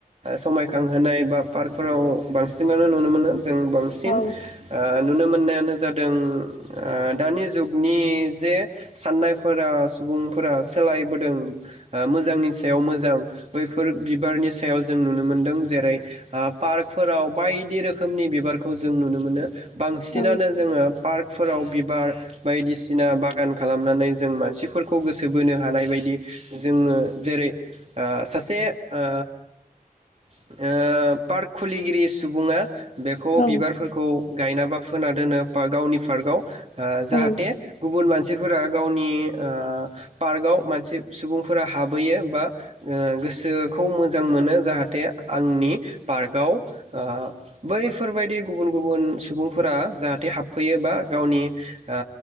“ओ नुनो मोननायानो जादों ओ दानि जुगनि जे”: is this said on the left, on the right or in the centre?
Right